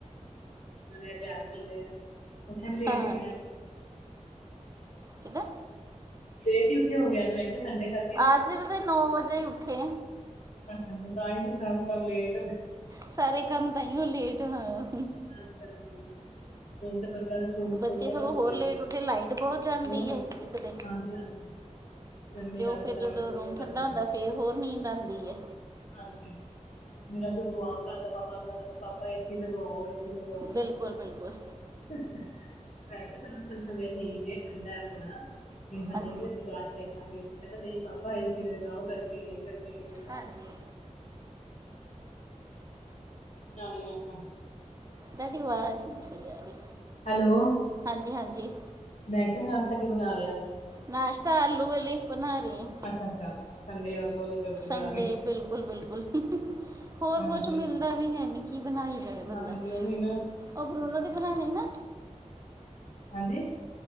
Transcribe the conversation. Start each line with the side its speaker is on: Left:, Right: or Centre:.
Left: ਨਾਲ਼ੇ ਅੱਜ ਹੈਂ ਵੀ ਸੰਡੇ ਆ। ਉੱਠੇ ਵੀ ਲੇਟ
Right: ਹਾਂ
Left: ਹੀ ਹੋਣੇਂ ਅੱਜ।
Right: ਕਿੱਦਾਂ।
Left: ਲੇਟ ਹੀ ਉੱਠਿਆ ਹੋ ਗਿਆ ਅੱਜ ਮੈਂ ਕਿਹਾ ਸੰਡੇ ਕਰਕੇ
Right: ਅੱਜ਼ ਤੇ ਨੌ ਵਜ਼ੇ ਹੀ ਉੱਠੇ
Left: ਅੱਛਾ ਅੱਛਾ ਤਾਈਂ ਫ਼ਿਰ ਸਭ। ਕੰਮ ਲੇਟ
Right: ਸਾਰੇ ਕੰਮ ਤਾਂਈਓਂ ਲੇਟ। ਹਾਂ
Left: ਹਾਂਜੀ, ਹਾਂਜੀ। ਹੁਣ ਤਾਂ ਬੱਚਿਆਂ ਸਕੂਲ ਵੀ
Right: ਬੱਚੇ
Left: ਖੁੱਲ ਜਾਣੇ
Right: ਸਗੋਂ
Left: ਹੁਣ
Right: ਹੋਰ
Left: ਤੇ
Right: ਲੇਟ ਉੱਠੇ। ਲਾਈਟ ਬਹੁਤ ਜਾਂਦੀ
Left: ਹੋਰ
Right: ਏਂ ਇੱਕ ਤੇ
Left: ਹਾਂਜੀ-ਹਾਂਜੀ ਗਰਮੀ
Right: ਤੇ
Left: ਕਰਕੇ
Right: ਉਹ ਫ਼ਿਰ
Left: ਲਾਈਟ
Right: ਜਦੋਂ
Left: ਬਹੁਤ
Right: ਰੂਮ
Left: ਦਿੱਕਤ
Right: ਠੰਢਾ
Left: ਕਰਦੀ
Right: ਹੁੰਦਾਂ।
Left: ਹੈ
Right: ਫ਼ਿਰ ਹੋਰ ਨੀਂਦ ਆਉਂਦੀ ਏਂ
Left: ਹਾਂਜੀ ਮੇਰਾ ਛੋਟੂ ਆਪ ਕਿਹ ਦੀਦਾ ਦਾ ਪਾਪਾਂ ਨੂੰ ਕਹਿੰਦਾਂ ਪਾਪਾ ਏਸੀ ਲਗਵਾਉ ਏਸੀ ਲਗਵਾਉ।
Right: ਬਿਲਕੁਲ ਬਿਲਕੁਲ
Left: ਮੈਂ ਕਿਹਾਂ ਚਲੋਂ ਥਲ ਥੱਲੇ ਠੀਕ ਠੰਢਾ ਹੈਂ ਥੋੜਾਂ ਹਜੇ
Right: ਹਾਂਜੀ
Left: ਨੀਂ ਅਸੀਂ ਬਾਅਦ ਚ ਦੇਖਾਂਗੇ ਅਸੀਂ ਕਹਿੰਦਾਂ ਨਹੀਂ ਪਾਪਾ ਏ ਸੀ ਲਗਾਓ ਗਰਮੀ ਗਰਮੀ ਕਹਿੰਦਾ
Right: ਹਾਂਜੀ
Left: ਨਾਲ਼ੇ ਮੋਸਮ।
Right: ਤਾਡੀ ਵਾਜ ਨ੍ਹੀਂ ਸਹੀ ਆ ਰਹੀ
Left: ਹੈਲੋ।
Right: ਹਾਂਜੀ-ਹਾਂਜੀ
Left: ਮੈਂ ਕਿਹਾਿਆ ਨਾਸ਼ਤਾ ਕੀ ਬਣਾ ਲਿਆ,
Right: ਨਾਸ਼ਤਾ ਆਲੂ ਵਾਲੇ ਬਣਾ ਰਹੀ
Left: ਅੱਛਾ-ਅੱਛਾ ਸੰਡੇ ਆਲੂ ਵਾਲੇ ਚੱਲਦੇ
Right: ਸੰਡੇ
Left: ਸਾਰੇ
Right: ਬਿਲਕੁਲ-ਬਿਲਕੁਲ ਹੋਰ
Left: ਹਾਂਜੀ
Right: ਕੁੱਛ ਮਿਲ਼ਦਾ
Left: ਹਾਂਜੀ
Right: ਵੀ ਹੈਂ ਨੀਂ ਕੀ ਬਣਾਈ ਜਾਵੇ ਬੰਦਾਂ।
Left: ਹਾਂਜੀ ਉਹੀ ਨਾ
Right: ਉਖ
Left: ਹਮ
Right: ਰੂਨੋ ਦੇ ਬਣਾਉਣੇ ਨਾ।
Left: ਹਾਂਜੀ।